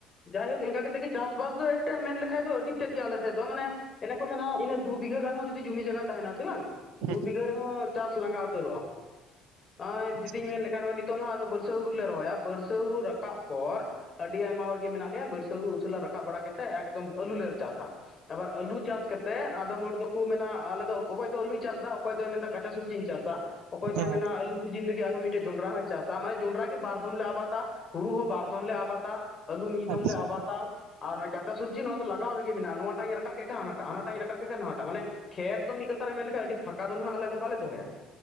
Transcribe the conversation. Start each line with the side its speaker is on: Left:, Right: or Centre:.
Left: ᱡᱟᱭᱦᱳᱠ ᱮᱝᱠᱟ ᱠᱟᱛᱮ ᱜᱮ ᱪᱟᱥᱵᱟᱥ ᱫᱚ ᱮᱴᱮᱜ ᱢᱮᱱ ᱞᱮ ᱠᱷᱟᱡ ᱫᱚ ᱟᱹᱰᱤ ᱛᱮᱫ ᱜᱮ ᱟᱞᱮᱥᱮᱫ ᱫᱚ ᱢᱟᱱᱮ ᱮᱱᱮ ᱠᱚ ᱢᱮᱱᱟ ᱤᱱᱟᱹ ᱫᱩ ᱵᱤᱜᱷᱟᱹ ᱜᱟᱱ ᱦᱚᱸ ᱡᱩᱫᱤ ᱡᱩᱢᱤ ᱡᱟᱜᱟ ᱛᱟᱦᱮᱱᱟ ᱥᱮ ᱵᱟᱝ
Right: ᱦᱮᱸ
Left: ᱫᱩ
Right: ᱦᱮᱸ
Left: ᱵᱤᱜᱷᱟᱹ ᱨᱮᱦᱚᱸ ᱪᱟᱥ ᱞᱟᱸᱜᱟ ᱩᱛᱟᱹᱨᱚᱜ ᱟᱢ᱾ ᱟᱭ ᱡᱩᱫᱤᱧ
Right: ᱦᱮᱸ
Left: ᱢᱮᱱ ᱞᱮᱠᱷᱟᱡ ᱱᱚᱜ ᱚᱭ ᱱᱤᱛᱚᱜ ᱱᱦᱟᱜ ᱵᱟᱹᱨ ᱥᱟᱹ ᱦᱩᱲᱩ ᱞᱮ ᱨᱚᱦᱚᱭᱟ ᱵᱟᱹᱲᱥᱟᱹ ᱦᱩᱲᱩ ᱨᱟᱠᱟᱵ ᱯᱚᱨ ᱟᱹᱰᱤ ᱟᱭᱢᱟ ᱦᱚᱲ ᱜᱮ ᱢᱮᱱᱟᱜ ᱞᱮᱭᱟ ᱵᱟᱹᱨᱥᱟᱹ ᱦᱩᱲᱩ ᱩᱥᱩᱞᱟ ᱨᱟᱠᱟᱵ ᱵᱟᱲᱟ ᱠᱮᱛ ᱛᱮ ᱮᱠᱫᱚᱢ ᱟᱹᱞᱩ ᱪᱟᱥ ᱟ᱾ ᱟᱵᱟᱨ ᱟᱹᱞᱩ ᱪᱟᱥ ᱠᱮᱛᱮᱫ ᱟᱫᱚᱢ ᱦᱚᱴ ᱫᱚᱠᱚ ᱢᱮᱱᱟ ᱟᱞᱮ ᱫᱚ ᱚᱠᱚᱭ ᱫᱚ ᱟᱹᱞᱩ ᱪᱟᱥ ᱫᱟ ᱚᱠᱚᱭ ᱫᱚᱭ ᱢᱮᱱᱫᱟ ᱠᱟᱸᱪᱟ ᱥᱩᱵᱽᱡᱤᱧ ᱪᱟᱥᱟ ᱚᱠᱚᱭ ᱫᱚᱭ
Right: ᱦᱮᱸ
Left: ᱢᱮᱱᱟ ᱟᱹᱞᱩ ᱥᱤᱡᱤᱱ ᱨᱤᱜᱤ ᱟᱨᱦᱚᱸ ᱢᱤᱫᱴᱮᱡ ᱡᱚᱸᱰᱨᱟ ᱦᱚᱸᱭ ᱪᱟᱸᱥᱟ ᱢᱟᱱᱮ ᱡᱚᱸᱰᱨᱟ ᱜᱮ ᱵᱟᱨᱫᱚᱢ ᱞᱮ ᱟᱵᱟᱛᱟ ᱦᱩᱲᱩ ᱦᱚᱸ ᱵᱟᱨ ᱫᱚᱢ ᱞᱮ ᱟᱵᱟᱛᱟ᱾ ᱟᱹᱞᱩ ᱢᱤᱜ ᱫᱚᱢ
Right: ᱟᱪᱪᱷᱟ
Left: ᱞᱮ ᱟᱵᱟᱛᱟ ᱟᱨ ᱱᱚᱭ ᱠᱟᱸᱪᱟ ᱥᱩᱵᱽᱡᱤ ᱱᱚ ᱞᱟᱜᱟᱣ ᱨᱤᱜᱤ ᱢᱮᱱᱟᱜ-ᱟ ᱱᱚᱣᱟᱴᱟᱜ ᱤᱧ ᱨᱟᱠᱟᱵ ᱠᱮᱜ ᱠᱷᱟ ᱦᱟᱱᱟᱴᱟᱜ ᱦᱟᱱᱟᱴᱟᱜ ᱤᱧ ᱨᱟᱠᱟᱵ ᱠᱮ ᱠᱷᱟ ᱱᱟᱣᱟᱴᱟᱜ ᱢᱟᱱᱮ ᱠᱷᱮᱛ ᱫᱚ ᱢᱤᱜ ᱠᱟᱛᱷᱟᱨᱮ ᱢᱮᱱ ᱞᱮᱠᱷᱟᱡ ᱟᱹᱰᱤ ᱯᱷᱟᱸᱠᱟ ᱫᱚ ᱱᱦᱟᱜ ᱟᱞᱮ ᱫᱚ ᱵᱟᱞᱮ ᱫᱚᱦᱚᱭᱟ᱾